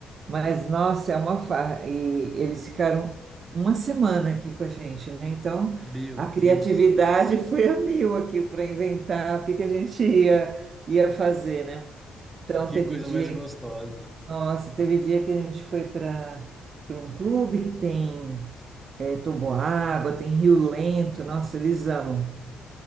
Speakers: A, on the right; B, on the right.
A: Mas, nossa, é uma farra. E eles ficaram uma semana aqui com a gente, né? Então,
B: Meu
A: a
B: Deus,
A: criatividade
B: Inês.
A: foi a mil aqui para inventar o que que a gente ia, ia fazer, né? Então,
B: Que
A: teve
B: coisa
A: dia,
B: mais gostosa.
A: nossa, teve dia que a gente foi para para um clube que tem é, toboágua, tem rio lento, nossa, eles amam.